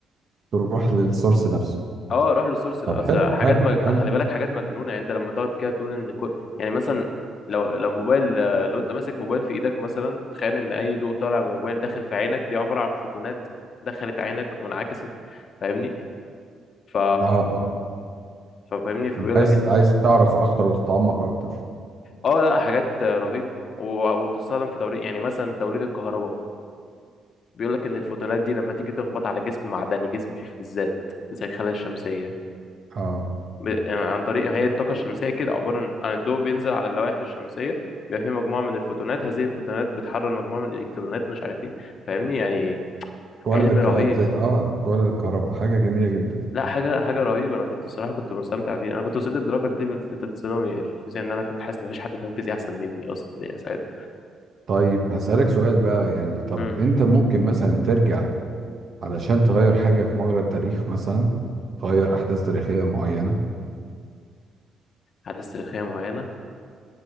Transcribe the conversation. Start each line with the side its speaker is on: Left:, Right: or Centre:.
Right: تروح للسورس نفسه
Left: اه روح للسورس اصل
Right: طب حلو
Left: حاجات
Right: حلو
Left: مج...
Right: حلو
Left: خلي بالك حاجات مجنونه يعني انت لما تقعد كده تقول ان كل... يعني مثلا لو لو موبايل آه، لو انت ماسك موبايل في ايدك مثلا تخيل ان اي ضوء طالع من موبايل داخل في عينك دي عباره عن فوتونات دخلت عينك وانعكست فاهمني ف
Right: اه اه
Left: ففاهمني فبيقول
Right: انت عايز
Left: لك ان
Right: عايز تعرف اكتر وتتعمق اكتر
Left: اه لا حاجات آه، رهيب و- وبتستخدم في توليد يعني مثلا توليد الكهرباء بيقول لك ان الفوتونات دي لما تيجي تخبط على جسم معدني جسم فيه فلزات زي الخلايا الشمسيه
Right: اه
Left: ب... يعني عن طريق هي الطاقة الشمسية كده عبارة عن عن الضوء بينزل على اللوائح الشمسية بيبقى فيه مجموعة من الفوتونات هذه الفوتونات بتحرر مجموعة من الإلكترونات مش عارف ايه فاهمني يعني
Right: تولد
Left: علم
Right: الك...
Left: رهيب
Right: اه تت- آه، تولد الكهرباء حاجه جميله جدا
Left: لا حاجة حاجة رهيبة أنا كنت الصراحة كنت مستمتع بيه أنا كنت وصلت لدرجة ليفل في تالتة ثانوي في الفيزياء إن أنا كنت حاسس إن مفيش حد فاهم فيزياء أحسن مني أصلا يعني ساعتها
Right: طيب هسألك سؤال بقى يعني طب
Left: امم
Right: انت ممكن مثلا ترجع علشان تغير حاجة في مجرى التاريخ مثلا تغير أحداث تاريخية معينة
Left: أحداث تاريخية معينة